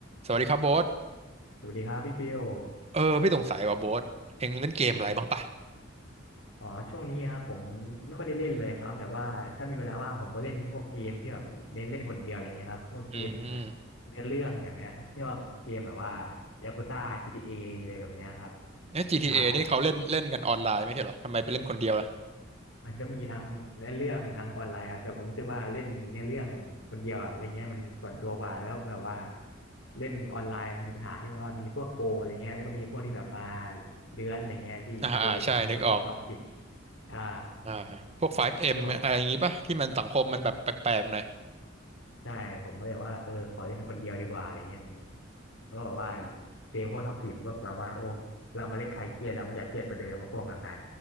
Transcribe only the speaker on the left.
สวัสดีครับพี่ฟิล
อ๋อช่วงนี้ครับผมไม่ค่อยได้เล่นเลยครับแต่ว่าถ้ามีเวลาว่างผมก็เล่นพวกเกมที่แบบเน้นเล่นคนเดียวอะไรเงี้ยครับพวกเกม
เนื้อเรื่องแบบเนี้ยที่ว่าเกมแบบว่ายากุซ่า GTA ออะไรแบบเนี้ยครับ
ใช่
มันก็มีทั้งเนื้อเรื่องทั้งออนไลน์ครับแต่ผมรู้สึกว่าเล่นเนื้อเรื่องคนเดียวอะอะไรเงี้ยมันส่วนตัวกว่าแล้วแบบว่าเล่นออนไลน์มันมีปัญหาที่ว่ามีพวกโปรอะไรเงี้ยแล้วก็มีพวกที่แบบมาเลื้อนอะไรเงี้ยพี่เคยเห็นไหมพวกที่แบบท็อกซิก
ใช่
ก็แบบ
ใช่ผมก็เลยว่าเออขอเล่นคนเดียวดีกว่าอะไรเงี้ยมันก็แบบว่าเจอพวกท็อกซีมันก็แบบว่าโอ้เรามาเล่นใครเครียดเราไม่อยากเครียดกว่าเดิมเพราะพวกแบบนั้น